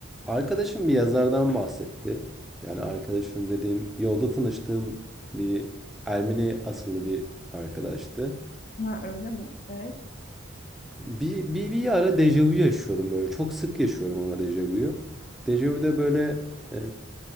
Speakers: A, in the centre; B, on the left.
A: Arkadaşım bir yazardan bahsetti. Yani arkadaşım dediğim yolda tanıştığım bir Ermeni asıllı bir arkadaştı.
B: Ha, öyle mi? Evet.
A: Bir, bir, bir ara dejavu yaşıyordum böyle. Çok sık yaşıyorum ama dejavuyu. Dejavu da böyle e,